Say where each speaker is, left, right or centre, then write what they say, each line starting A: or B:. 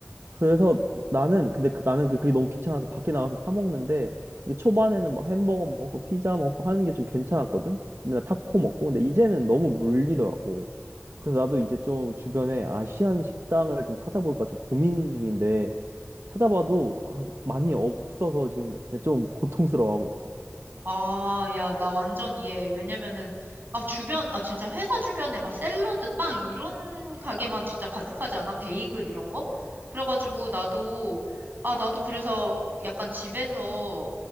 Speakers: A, on the right; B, on the right.
A: 그래서 나는 근데 그- 나는 그- 그게 너무 귀찮아서 밖에 나가서 사 먹는데 이게 초반에는 막 햄버거 먹고 피자 먹고 하는 게 좀 괜찮았거든. 맨날 타코 먹고 근데 이제는 너무 물리더라고. 그래서 나도 이제 좀 주변에 아시안 식당을 좀 찾아볼까 좀 고민 중인데 찾아봐도 아, 많이 없어서 지금 좀 고통스러워하고 있어.
B: 아, 야, 나 완전 이해해. 왜냐면은, 아, 주변, 아, 진짜 회사 주변에 막 샐러드, 빵, 이런 가게만 진짜 가득하지 않아? 베이글 이런 거? 그래가지고 나도, 아, 나도 그래서 약간 집에서